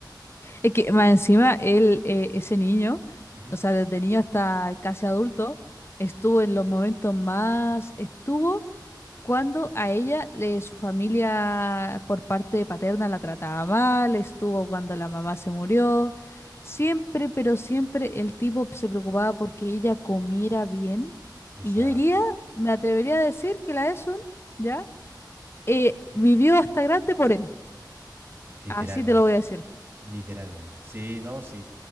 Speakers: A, on the left (about 35°); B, on the right (about 30°).
A: Es que más encima él, eh, ese niño,
B: Ujú.
A: o sea, desde niño hasta casi adulto, estuvo en los momentos más, estuvo cuando a ella, le, su familia por parte paterna la trataba mal, estuvo cuando la mamá se murió. Siempre, pero siempre el tipo se preocupaba porque ella comiera bien.
B: Exacto,
A: Y yo diría, me atrevería a decir que la Esun, ¿ya? Eh, vivió hasta grande por él.
B: literalmente.
A: Así te lo voy a decir.
B: Literalmente, sí, no, sí.